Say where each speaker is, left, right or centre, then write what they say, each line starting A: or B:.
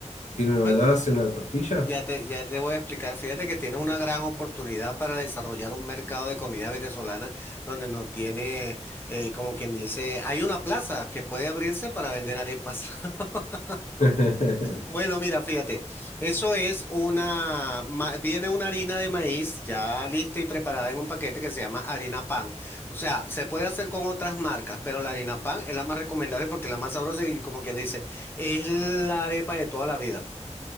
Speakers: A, on the left; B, on the left.
A: ¿Tiene una
B: Bueno,
A: base una tortilla?
B: Ya te, ya te voy a explicar. Fíjate que tienes una gran oportunidad para desarrollar un mercado de comida venezolana donde no tiene, eh, como quien dice, hay una plaza que puede abrirse para vender arepas. <laughs>
A: <laughs>
B: Bueno, mira, fíjate, eso es una, ma- viene una harina de maíz ya lista y preparada en un paquete que se llama harina pan. O sea, se puede hacer con otras marcas, pero la harina pan es la más recomendable porque es la más sabrosa y como quien dice, es la arepa de toda la vida.